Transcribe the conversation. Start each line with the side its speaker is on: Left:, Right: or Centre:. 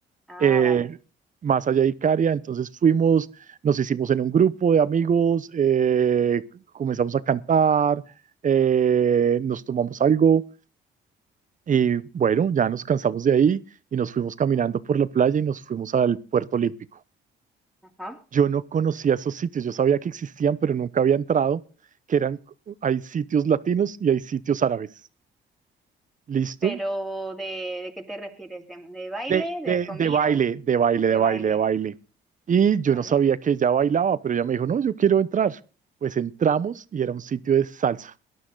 Centre: Ah,
Right: Eh,
Centre: vale.
Right: más allá de Icaria, entonces fuimos, nos hicimos en un grupo de amigos, eh, comenzamos a cantar, eh, nos tomamos algo Y bueno, ya nos cansamos de ahí y nos fuimos caminando por la playa y nos fuimos al Puerto Olímpico.
Centre: Ajá.
Right: Yo no conocía esos sitios, yo sabía que existían, pero nunca había entrado, que eran, hay sitios latinos y hay sitios árabes. ¿Listo?
Centre: Pero ¿de, de qué te refieres? ¿De, de baile?
Right: De,
Centre: ¿De
Right: de,
Centre: comida?
Right: de baile, de baile,
Centre: De
Right: de baile,
Centre: baile,
Right: de baile. Y yo
Centre: ¿vale?
Right: no sabía que ella bailaba, pero ella me dijo, no, yo quiero entrar. Pues entramos y era un sitio de salsa.